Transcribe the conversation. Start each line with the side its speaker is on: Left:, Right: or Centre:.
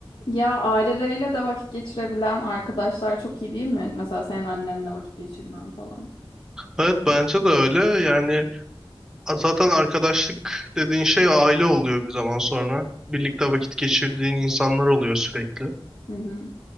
Left: Ya aileleriyle de vakit geçirebilen arkadaşlar çok iyi değil mi? Mesela senin annenle vakit geçirmem falan.
Centre: Evet bence de öyle. Yani a- zaten arkadaşlık dediğin şey aile oluyor bir zaman sonra. Birlikte vakit geçirdiğin insanlar oluyor sürekli.
Left: Hı hı.